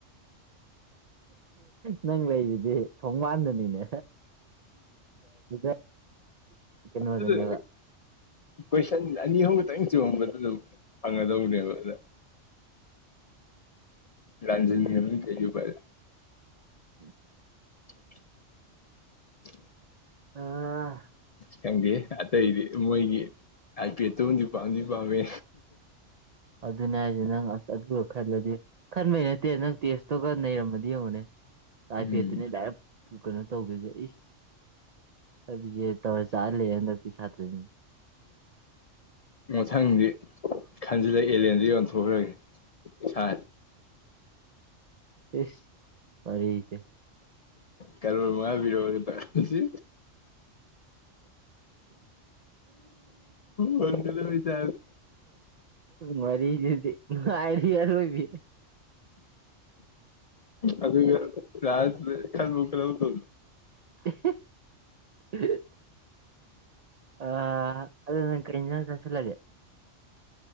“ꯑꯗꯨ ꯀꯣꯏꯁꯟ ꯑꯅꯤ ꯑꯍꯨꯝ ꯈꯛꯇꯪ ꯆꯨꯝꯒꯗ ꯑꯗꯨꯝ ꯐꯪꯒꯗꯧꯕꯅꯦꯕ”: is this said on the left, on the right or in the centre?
Left